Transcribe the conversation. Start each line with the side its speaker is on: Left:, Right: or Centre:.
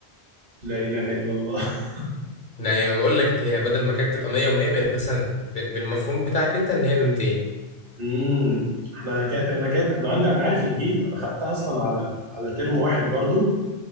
Right: لا اله الا الله <laughs>
Left: يعني ما بقول لك هي بدل ما كانت تبقى 100 و100 بقت مثلا ب- بالمفهوم بتاعك انت ان هي ب 200
Right: امم احنا كا- انا كانت انا عندي انا عارف الهيت انا خدتها اصلا على على ترم واحد برضو